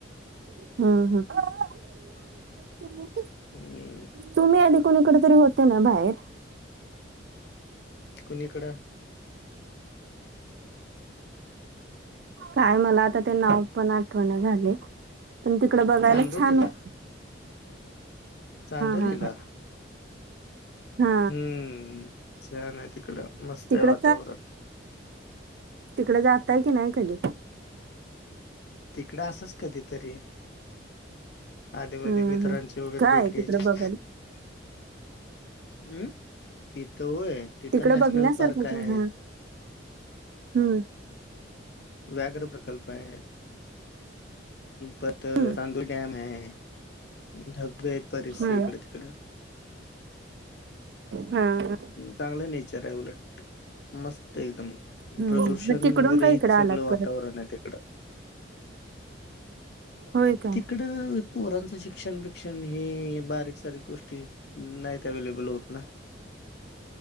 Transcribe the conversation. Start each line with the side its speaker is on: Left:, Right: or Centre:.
Right: हं, हम्म, हम्.
Left: <inaudible>
Right: तुम्ही आधी कोणीकडे तरी होतं ना बाहेर?
Left: कुणी कडं?
Right: काय मला आता ते नाव पण आठवना झाले. पण तिकडं बघायला
Left: चांदोलीला.
Right: छान होतं.
Left: चांदोली
Right: हा
Left: ला?
Right: हा
Left: हम्म, छान आहे तिकडं, मस्त
Right: तिकडं
Left: आहे वातावरण.
Right: तिकडं जातायं की नाही कधी?
Left: तिकडं असंच कधीतरी आधीमधी
Right: हम्म
Left: मित्रांची
Right: हम्म
Left: वगैरे
Right: काय
Left: भेट घ्यायची.
Right: तिकडं बघायला
Left: हम्, तिथं होय तिथं
Right: तिकडं
Left: नॅशनल
Right: बघण्यासारखंच
Left: पार्क आहे.
Right: हा हम्म,
Left: व्याघ्र प्रकल्प आहे, परत
Right: हम्म
Left: चांदोली डॅम आहे. धाबधबे हेत बरेचसे
Right: हा
Left: इकडं-तिकडं.
Right: हा
Left: चांगलं नेचर आहे उलट. मस्त एकदम,
Right: हम्म
Left: प्रदूषण
Right: मग तिकडून
Left: विरहित
Right: काय इकडं आलात
Left: सगळं वातावरण
Right: परत
Left: आहे तिकडं.
Right: होय काय
Left: तिकडं पोरांचाबब शि-हहहह शोक्षण हि बारीक सारीक गो-ष्टी नाहीत अवे्लेबल होत ना